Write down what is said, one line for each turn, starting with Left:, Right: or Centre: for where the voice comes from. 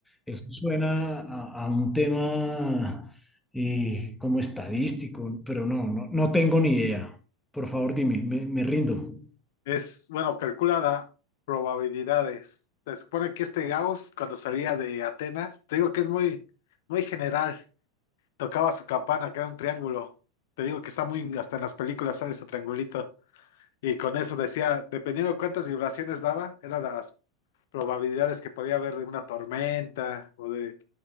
Centre: Eso suena a, a un tema eh, como estadístico, pero no, no, no tengo ni idea. Por favor, dime, me, me rindo.
Left: Es, bueno, calculada probabilidades. Se supone que este Gauss, cuando salía de Atenas, te digo que es muy, muy general. Tocaba su campana, que era un triángulo. Te digo que está muy, hasta en las películas sale ese triangulito. Y con eso decía, dependiendo de cuántas vibraciones daba, eran las probabilidades que podía haber de una tormenta o de...